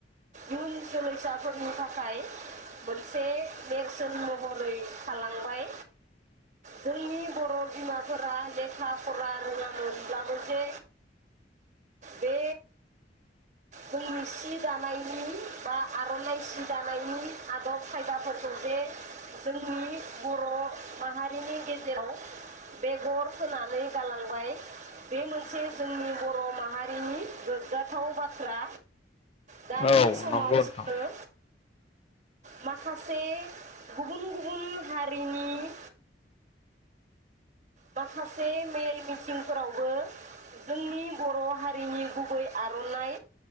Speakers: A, on the right; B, on the left.
A: इयुन जोलैसाफोरनि थाखाय मोनसे नेरसोन महर महरै थालांबाय जोंनि बर' बिमाफोरा लेखा फरा रोङामोनब्लाबो जे बे जोंनि सि दानायनि बा आरनाइ सि दानायनि आदब खायदाफोरखौ जे जोंनि बर' माहारिनि गेजेराव बेगर फोनानै गालांबाय बे मोनसे जोंनि बर माहारिनि गोग्गाथाव बाथ्रा। दानि
B: औ
A: समाव
B: नंगौ नोंथां
A: जोङो मा <unintelligible> गुबुन-गुबुन हारिनि माखासे मेल मिथिंफोरावबो जोंनि बर' हारिनि गुबै आरनाइ